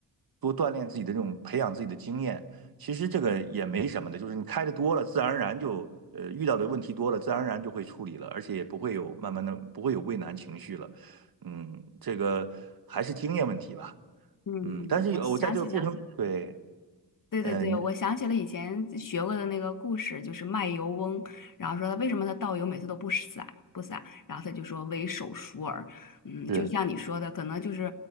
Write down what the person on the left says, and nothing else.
嗯嗯，
我想起了，
对对对，
我想起了以前学过的那个故事，就是卖油翁，然后说他为什么他倒油每次都不洒不洒，然后他就说为手熟耳，嗯，
就像你说的，可能就是，